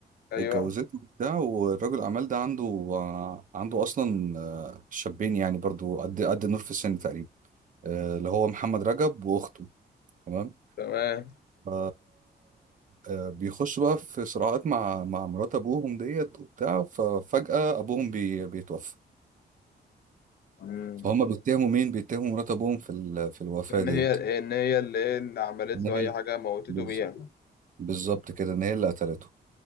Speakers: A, on the left; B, on the right.
A: أيوه
B: اتجوزته وبتاع والراجل الاعمال ده عنده آه، عنده اصلا آه، شابين يعني برضو قد قد نور في السن تقريبا آه، اللي هو محمد رجب واخته تمام
A: تمام
B: ف- آه، بيخش بقى في صراعات مع مع مرات ابوهم ديت وبتاع ففجأة ابوهم بي... بيتوفى
A: مم.
B: فهم بيتهموا مين بيتهموا مرات ابوهم في ال... في الوفاة
A: إن
B: ديت
A: هي إن هي اللي إيه اللي عملت
B: ان هي
A: له أي
B: اللي-
A: حاجة موتته
B: بز-
A: بيها
B: بالظبط كده ان هي اللي قتلته